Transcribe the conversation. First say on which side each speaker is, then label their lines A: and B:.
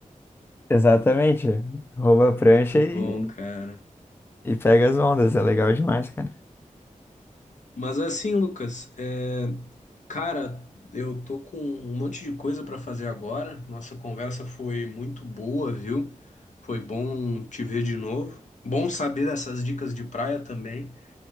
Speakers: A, on the left (about 15°); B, on the left (about 60°).
A: Exatamente. Rouba
B: <laughs>
A: a
B: Muito
A: prancha e,
B: bom, cara.
A: e pega as ondas. É legal demais, cara.
B: Mas assim, Lucas, é, cara, eu tô com um monte de coisa pra fazer agora. Nossa conversa foi muito boa, viu? Foi bom te ver de novo. Bom saber dessas dicas de praia também.